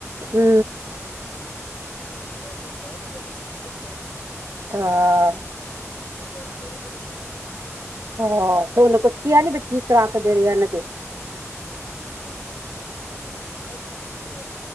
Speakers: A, on the right; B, on the left.
A: ਹੂ
B: ਤੇ ਬਸ ਖ਼ਰਾਬ ਹੋ ਗਿਆ। ਫਿਰ ਕੀ ਸਪੀਕਰ ਬਣ।
A: ਤਾਂ
B: ਕਿਰਿਆ ਵੀ ਮੇਰੇ ਕੋਲੋਂ ਹੋਈ ਸੀ।
A: ਹਾਂ। ਉਹਨੇ ਕੁਛ ਕਿਹਾ ਨੀ ਬ ਠੀਕ ਕਰਾ ਕੇ ਦੇ ਰਹੇ ਏਹਲਾ ਫੇਰ।
B: ਇਨਾਂ ਅੱਜ ਥੋੜ੍ਹੀ ਕਿਰਿਆ ਏ